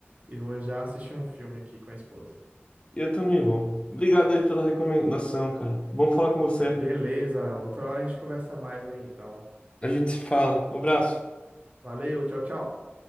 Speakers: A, on the right; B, on the left.
A: e vou já assistir um filme aqui com a esposa.
B: Eu também vou. Obrigado aí pela recomendação, cara. Bom falar com você.
A: Beleza, outra hora a gente conversa mais aí, então.
B: A gente se fala. Um abraço.
A: Valeu, tchau, tchau.